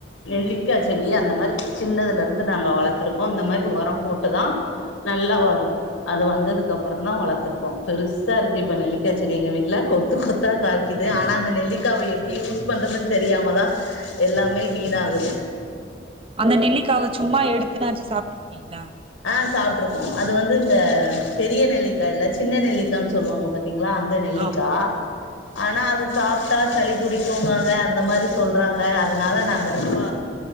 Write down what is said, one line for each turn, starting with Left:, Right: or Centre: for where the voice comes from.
Left: நெல்லிக்கா செடி அந்த மாரி சின்னதுலருந்து நாங்க வளத்துருக்கோ இந்த மாரி வொரம் போட்டுதா நல்லா வரு அது வந்ததுக்கு அப்பற தா வளத்துருக்கொ பெருசார்க்கு இப்ப நெல்லிக்கா செடி எங்க வீட்ல கொ த்து கொத்தா காய்க்குது ஆனா அந்த நெல்லிக்காவ எப்டி யூஸ் பண்றதுன்னு தெரியாமதா எல்லாமே வீணாகுது
Right: அந்த நெல்லிக்காவ சும்மா எடுத்து நாச்சு சாப்ருக்கீங்ளா
Left: ஆ சாப்ட்டுருக்கோ அது வந்து இந்த பெரிய நெல்லிக்கா இல்ல சின்ன நெல்லிக்கான்னு சொல்லுவாங்க பாத்தீங்ளா அ ந்த நெல்லிக்கா
Right: ஆமா
Left: ஆனா அது சாப்ட்டா சளி புடிக்குங்காங்க அந்த மாரி சொல்றாங்க அதனால நாங்க ரொம்ப